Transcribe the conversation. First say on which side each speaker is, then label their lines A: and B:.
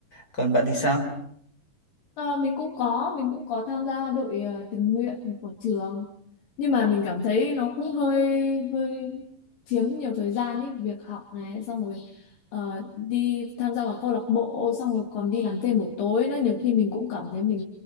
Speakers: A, on the left; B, on the left.
A: còn bạn thì sao
B: Ờ, mình cũng có mình cũng có tham gia đội ờ, tình nguyện của trường nhưng mà mình cảm thấy nó cũng hơi hơi chiếm nhiều thời gian ấy việc học này xong rồi ờ, đi tham gia vào câu lạc bộ xong rồi còn đi làm thêm buổi tối nữa nhiều khi mình cũng cảm thấy mình